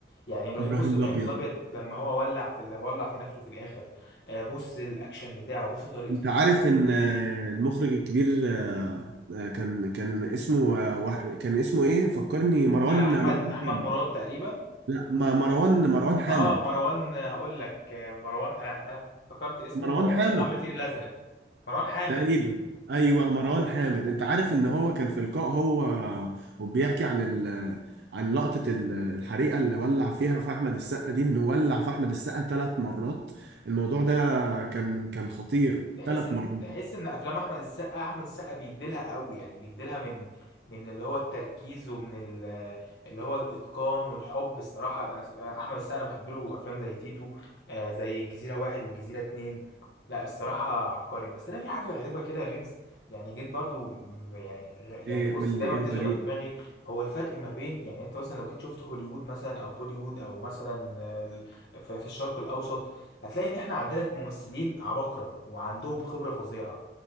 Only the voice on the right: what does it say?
ابراهيم
الابيض
انت
عارف ان آه، المخرج الكبير آه، آه، كان كان اسمه آه، وح- كان اسمه ايه فكرني مروان
مروان
حامد
لا ما- مروان مروان حامد
مروان
حامد
تقريبا ايوه مروان حامد انت عارف ان هو كان في لقاء هو وبيحكي عن ال عن لقطة ال- الحريقة اللي ولع فيها في أحمد السقا دي إنه ولع في أحمد السقا ثلاث مرات الموضوع ده كان كان خطير
ثلاث
مرات
إيه
قول لي
إيه
الغريب